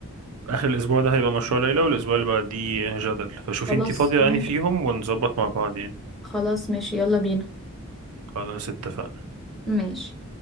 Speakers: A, on the right; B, in the centre.
A: اخر الاسبوع ده هيبقى مشروع ليلى والاسبوع اللي بعديه جدل فشوفي
B: خلاص
A: انت فاضية
B: ماشي
A: انهي فيهم ونظبط مع بعض يعني
B: خلاص ماشي يلا بينا
A: خلاص اتفقنا
B: ماشي